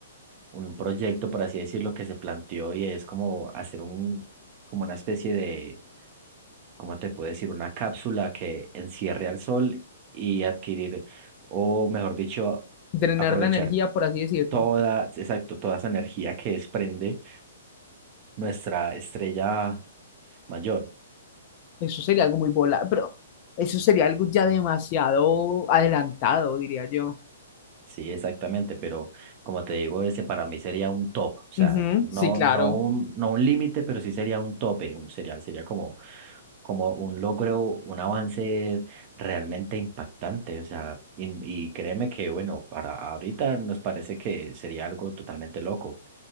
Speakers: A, on the right; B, on the left.
A: un proyecto, por así decirlo, que se planteó y es como hacer un, como una especie de ¿cómo te puedo decir? Una cápsula que encierre al sol y adquirir, o mejor dicho,
B: Drenar
A: aprovechar
B: la energía, por así decirlo.
A: toda, exacto, toda esa energía que desprende nuestra estrella mayor.
B: Eso sería algo muy volado, pero eso sería algo ya demasiado adelantado, diría yo.
A: Sí, exactamente, pero como te digo, ese para mí sería un top, o sea,
B: Ujú,
A: no,
B: Sí, claro.
A: no un, no un límite, pero sí sería un tope, un- sería, sería como como un logro, un avance realmente impactante. O sea, y, y créeme que, bueno, para ahorita nos parece que sería algo totalmente loco,